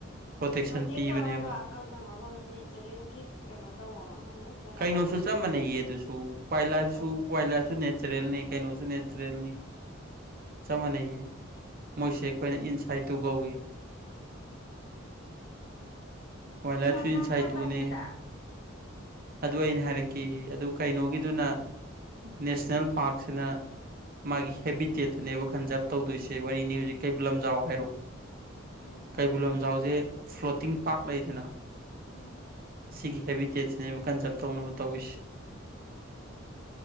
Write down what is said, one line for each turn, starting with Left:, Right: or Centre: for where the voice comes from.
Right: ꯄ꯭ꯔꯣꯇꯦꯛꯁꯟ
Left: ꯄ꯭ꯔꯣꯇꯦꯛ
Right: ꯄꯤꯕꯅꯦꯕ
Left: ꯇꯧꯔꯒ ꯑꯀꯛꯅꯕ ꯃꯐꯝꯗ ꯅꯦꯆꯔꯦꯜꯒꯤ ꯀꯩꯅꯣ ꯇꯧꯕ ꯃꯐꯝ ꯅꯠꯇꯦ ꯍꯥꯏꯕ
Right: ꯀꯩꯅꯣꯁꯨ ꯆꯞ ꯃꯥꯟꯅꯩꯌꯦ ꯑꯗꯨꯁꯨ ꯋꯥꯏꯜ ꯂꯥꯏꯐꯁꯨ
Left: ꯀꯔꯤ
Right: ꯋꯥꯏꯜ ꯂꯥꯏꯐꯁꯨ ꯅꯦꯆꯔꯦꯜꯅꯤ ꯀꯩꯅꯣꯁꯨ ꯅꯦꯆꯔꯦꯜꯅꯤ ꯆꯞ ꯃꯥꯟꯅꯩꯌꯦ ꯃꯣꯏꯁꯦ ꯑꯩꯈꯣꯏꯅ ꯏꯟꯁꯥꯏꯠꯇꯨ ꯀꯧꯏꯤ
Left: <unintelligible>
Right: ꯋꯥꯏꯜ ꯂꯥꯏꯐꯁꯨ
Left: ꯃꯥꯅꯗꯕꯅꯤꯗꯥ
Right: ꯏꯟꯁꯥꯏꯠ ꯇꯨꯅꯦ ꯑꯗꯨ ꯑꯩꯅ ꯍꯥꯏꯔꯛꯈꯤ ꯑꯗꯨ ꯀꯩꯅꯣꯒꯤꯗꯨꯅ ꯅꯦꯁꯅꯦꯜ ꯄꯥꯛꯁꯤꯅ ꯃꯥꯒꯤ ꯍꯦꯕꯤꯇꯦꯠꯇꯨꯅꯦꯕ ꯈꯟꯖꯥꯕ ꯇꯧꯗꯣꯏꯁꯦ ꯋꯥꯔꯤꯅꯤ ꯍꯧꯖꯤꯛ ꯀꯩꯕꯨꯜ ꯂꯝꯖꯥꯎ ꯍꯥꯏꯔꯣ
Left: ꯎꯝ
Right: ꯀꯩꯕꯨꯜ ꯂꯝꯖꯥꯎꯁꯦ ꯐ꯭ꯂꯣꯇꯤꯡ ꯄꯥꯛ ꯂꯩꯗꯅ
Left: ꯎꯝ
Right: ꯁꯤꯒꯤ ꯍꯦꯕꯤꯇꯦꯠꯁꯤꯅꯦꯕ ꯀꯟꯖꯥꯔꯕ ꯇꯧꯅꯕ ꯇꯧꯔꯤꯁꯤ